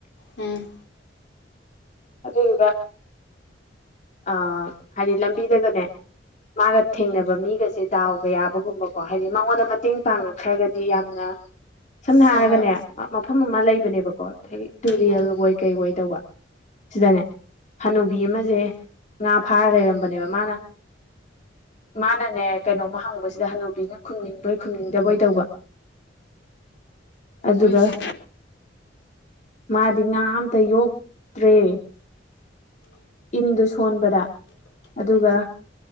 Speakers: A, on the left; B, on the left.
A: ꯎꯝ
B: ꯑꯗꯨꯗꯨꯒ ꯑ ꯍꯥꯏꯗꯤ ꯂꯝꯕꯤꯗꯒꯅꯦ ꯃꯥꯒ ꯊꯦꯡꯅꯕ ꯃꯤꯒꯁꯦ ꯗꯥꯎꯕ ꯌꯥꯕꯒꯨꯝꯕꯀꯣ ꯍꯥꯏꯗꯤ ꯃꯉꯣꯟꯗ ꯃꯇꯦꯡ ꯄꯥꯡꯉꯛꯈ꯭ꯔꯒꯗꯤ ꯌꯥꯝꯅ ꯁꯝꯅ
A: ꯍꯣꯏ
B: ꯍꯥꯏꯔꯒꯅꯦ
A: ꯍꯣꯏ
B: ꯃꯐꯝ ꯑꯃ ꯂꯩꯕꯅꯦꯕꯀꯣ ꯍꯥꯏꯗꯤ ꯇꯨꯔꯦꯜ
A: ꯎꯝ
B: ꯑꯣꯏꯣꯏ ꯀꯩ ꯑꯣꯏ ꯇꯧꯕ ꯁꯤꯗꯅꯦ ꯍꯅꯨꯕꯤ ꯑꯃꯁꯦ ꯉꯥ ꯐꯥꯔ ꯂꯩꯔꯝꯕꯅꯦꯕ ꯃꯥꯅ ꯃꯥꯅꯅꯦ ꯀꯩꯅꯣꯝꯃ ꯍꯪꯕꯁꯤꯗ ꯍꯜꯟꯅꯨꯕꯤꯅ ꯈꯨꯝꯅꯤꯡꯕꯣꯏ ꯈꯨꯝꯅꯤꯡꯗꯕꯣꯏ ꯇꯧꯕ ꯑꯗꯨꯒ
A: ꯍꯧꯀꯦ
B: ꯃꯥꯗꯤ ꯉꯥ ꯑꯝꯇ ꯌꯣꯛꯇ꯭ꯔꯦ ꯏꯟꯗꯨ ꯁꯣꯟꯕꯗ ꯑꯗꯨꯒ